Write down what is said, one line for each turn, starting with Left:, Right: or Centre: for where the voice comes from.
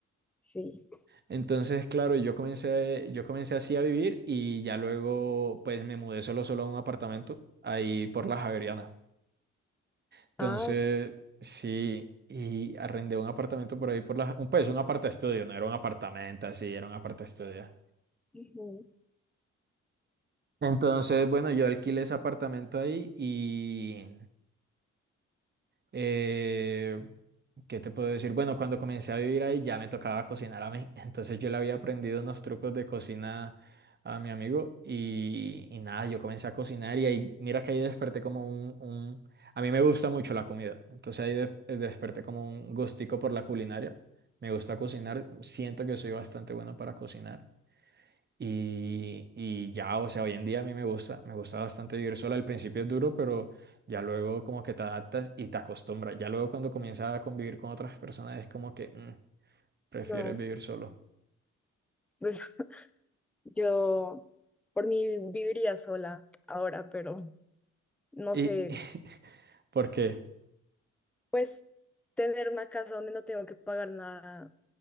Centre: sí.
Right: Entonces, claro, yo comencé, yo comencé así a vivir y ya luego pues me mudé solo solo a un apartamento ahí por la Javeriana. Entonces,
Centre: Ah, ok,
Right: sí, y arrendé un apartamento por ahí por la, un, pues un estudio, no era un apartamento así, era un estudio.
Centre: ujú.
Right: Entonces, bueno, yo alquilé ese apartamento ahí y eh, ¿Qué te puedo decir? Bueno, cuando comencé a vivir ahí ya me tocaba cocinar a mí, <laughs> entonces yo le había aprendido unos trucos de cocina a mi amigo y, y nada, yo comencé a cocinar y ahí, mira que ahí desperté como un, un- A mí me gusta mucho la comida, entonces ahí de- desperté como un gustico por la culinaria, me gusta cocinar, siento que soy bastante bueno para cocinar. Y, y ya, o sea, hoy en día a mí me gusta, me gusta bastante vivir sola. Al principio es duro, pero ya luego como que te adaptas y te acostumbras. Ya luego cuando comienzas a convivir con otras personas es como que mm, prefieres
Centre: No,
Right: vivir solo.
Centre: pues <laughs> yo por mí viviría sola ahora, pero no
Right: Y
Centre: sé,
Right: <laughs> porque
Centre: pues tener una casa donde no tengo que pagar nada